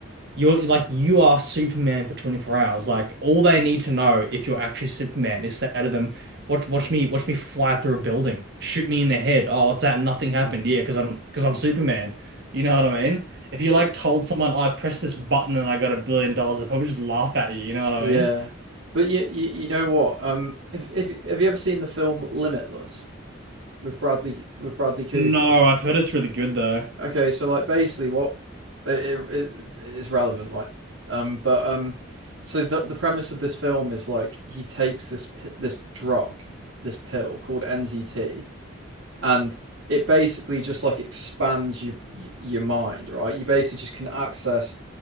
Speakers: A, on the right (about 55°); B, on the right (about 70°).
A: You're like you are Superman for 24 hours. Like all they need to know if you're actually Superman is say to them, watch watch me watch me fly through a building. Shoot me in the head. Oh, what's that? Nothing happened.
B: Um,
A: Yeah, because I'm because I'm Superman. You know what I mean? If
B: so
A: you like told someone, I pressed this button and I got a billion dollars, they'd probably just laugh at you, you know what I
B: Yeah,
A: mean?
B: but you, you you know what? Um, if if you- have you ever seen the film Limitless with Bradley with Bradley Cooper?
A: No, I've heard it's really good though.
B: Okay, so like basically what it, it, it's relevant like um but um so the the premise of this film is like he takes this p- this drug this pill called NZT and it basically just like expands your your mind, right? You basically just can access